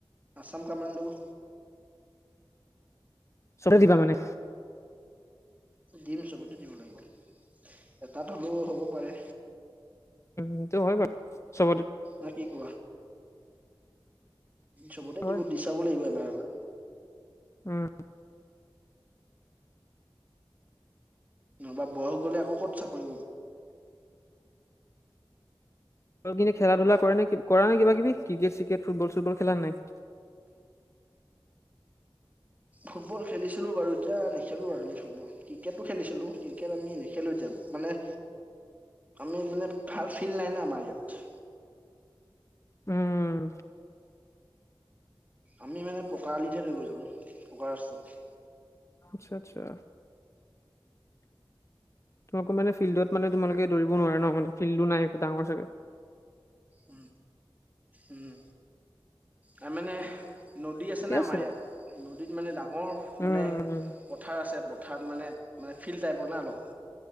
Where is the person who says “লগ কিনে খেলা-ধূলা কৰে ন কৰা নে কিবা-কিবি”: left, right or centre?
Left